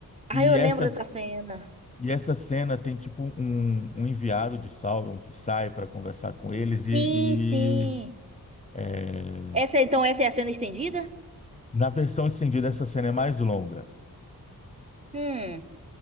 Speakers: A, on the right; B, on the left.
A: Ah,
B: E
A: eu lembro
B: essa
A: dessa cena.
B: E essa cena tem tipo um, um enviado de Sauron que sai para conversar com eles e,
A: Sim, sim.
B: e, é,
A: Essa, então essa é a cena estendida?
B: na versão estendida essa cena é mais longa.
A: Hum.